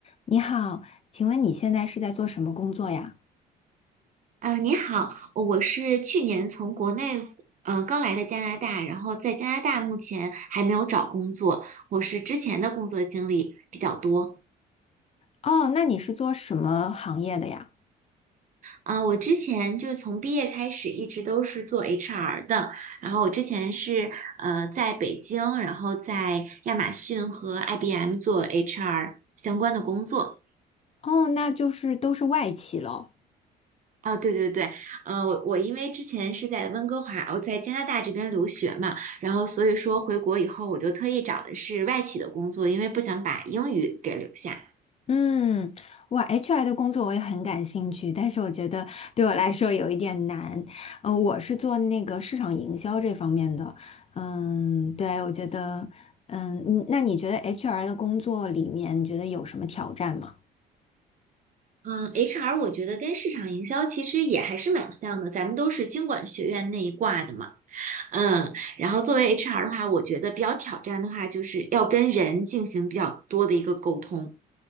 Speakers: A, on the left (about 40°); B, on the right (about 50°).
A: 你好，请问你现在是在做什么工作呀？
B: 啊，你好，我是去年从国内嗯、呃刚来的加拿大，然后在加拿大目前还没有找工作，我是之前的工作经历比较多
A: 哦，那你是做什么行业的呀？
B: 啊、我之前就是从毕业开始一直都是做 HR 的，然后我之前是呃在北京，然后在亚马逊和 IBM 做 HR 相关的工作，
A: 哦，那就是都是外企咯。
B: 哦，对对对，嗯，我我因为之前是在温哥华，我在加拿大这边留学嘛，然后所以说回国以后，我就特意找的是外企的工作，因为不想把英语给留下。
A: 嗯，哇，HR 的工作我也很感兴趣，但是我觉得对我来说有一点难。呃，我是做那个市场营销这方面的。嗯，对，我觉得，嗯，你那你觉得 HR 的工作里面，你觉得有什么挑战吗？
B: 嗯，HR 我觉得跟市场营销其实也还是蛮像的，咱们都是经管学院那一挂的嘛。嗯，然后作为 HR 的话，我觉得比较挑战的话，就是要跟人进行比较多的一个沟通。